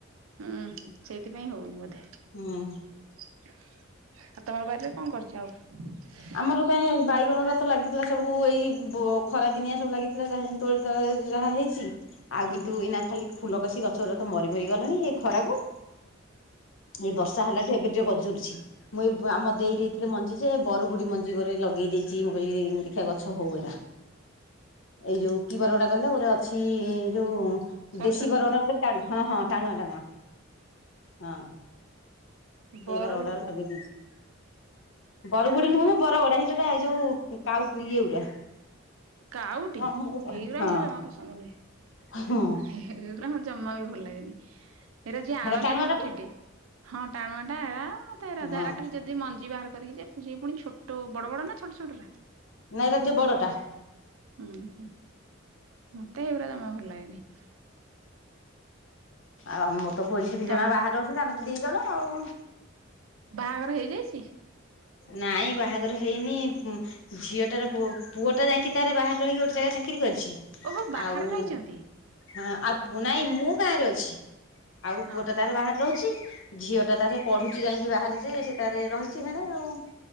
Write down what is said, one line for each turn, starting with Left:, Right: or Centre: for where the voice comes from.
Right: ହୁଁ ସେଇଥିପାଇଁ ହଉନି ବୋଧେ।
Left: ହୁଁ
Right: ଆଉ ତମର ବାରିରେ କଣ କରିଚ ଆଉ?
Left: ଆମର କାଇଁ ବାଇଗଣ ଗୁରା ତ ଲାଗିଥିଲା ସବୁ ଏଇ ବ ଖରା ଦିନିଆ ସବୁ ଲାଗିଥିଲା ଯାହା। ତୋଳି ତାଳା ଯାହା ହେଇଛି। ଆଉ
Right: ହୁଁ
Left: କିନ୍ତୁ
Right: ହୁଁ
Left: ଏଇନା ଖାଲି ଫୁଲକଷି ଗଛ ଗୁରା ତ ମରିମରି ଗଲାଣି ଏଇ ଖରାକୁ। ଏଇ ବର୍ଷା ହେଲାଠୁ ଏବେ ଟିକେ ଗଜୁରୁଛି। ମୁଁ ଏଇ ଆମ ଦେଇ ଦେଇଥିଲେ ମଞ୍ଜି ଯେ ବରଗୁଡି଼ ମଞ୍ଜିକରେ ଲଗେଇ ଦେଇଛି ମୁଁ କହିଲି ଦେଖିବା ଗଛ ହଉ ଏଗୁରା।
Right: <unintelligible>
Left: ଏଇ ଯୋଉ କିି ବରଡ଼ା କହିଲ ଗୋଟେ ଅଛି ଯୋଉ।
Right: ସରୁ
Left: ଦେଶୀ
Right: ସରୁ
Left: ବରଡ଼ା
Right: ଯୋଉରା
Left: ଗୋଟେ ଟାଣୁ ହଁ ହଁ ଟାଣୁଆ ଟାଣୁଆ। ହଁ। ସେଇ
Right: ବରଉ
Left: ବରଗଡ଼ା ଲଗେଇ ଦେଇଛି। ବରୁଗୁଡ଼ି ନୁହଁ ମୋ। ବରଗଡ଼ା ହେଇ ଯୋଉଟା ଏ ଯୋଉ କାଉ ଇଏ ଗୁରା।
Right: କାଉ ଟି
Left: କଣ ହେରା
Right: ହେଇଗୁରା ମତେ ଜମା ପସନ୍ଦ ନୁହେଁ।
Left: ହଁ।
Right: ଏଗୁରା ମତେ ଜମା ବି ଭଲ ଲାଗେନି ସେଇଟା ଯିଏ ଆଣନ୍ତି
Left: ହେରା ଟାଣୁଆ
Right: ବି ମୁଁ
Left: ଟା ପା
Right: ଚିଡେ। ହଁ ଟାଣୁଆ ଟା ଏରା ତେରା
Left: ହଁ
Right: ତେରା ଖାଲି ଯଦି ମଞ୍ଜି ବାହାର କରିକି ଯେ ସିଏ ପୁଣି ଛୋଟ ବଡ଼ ବଡ଼ ନା ଛୋଟ ଛୋଟ ଟା?
Left: ନାଇଁ ଏରା ଟିକେ ବଡଟା
Right: ହୁଁ ହୁଁ। ମତେ ହେଇଗୁରା ଜମା ଭଲ ଲାଗେନି।
Left: ଆଉ ମୋର ତ ପୁଅ ଝିଅ ଦି
Right: ତମ୍
Left: ଜଣ ବାହାରେ ରହୁଛନ୍ତି ଆମେ ତ ଦି ଜଣ ଆଉ।
Right: ବାହାଘର ହେଇଯାଇଛି?
Left: ନାଇଁ ବାହାଘର ହେଇନି। ଝିଅଟାର ପୁଅ, ପୁଅ ଟା ଯାଇକି ତାର ବାହାରେ ରହିକି ଗୋଟେ ଜାଗାରେ ଚାକିରି କରିଛି।
Right: ଓହୋ ବାହାରେ
Left: ଆଉ
Right: ରହିଛନ୍ତି।
Left: ହଁ ଆଉ ପୁ ନାଇ ମୁଁ ଗାଁରେ ଅଛି। ଆଉ ପୁଅ
Right: ଓହୋ
Left: ଟା ତାର ବାହାରେ ରହୁଛି। ଝିଅଟା ତାରେ ପଢୁ଼ଛି ଯାଇକି ବାହାରେ ଯେ ସେ ତାରେ ରହିଛି। ସିଆଡ଼େ ଆଉ।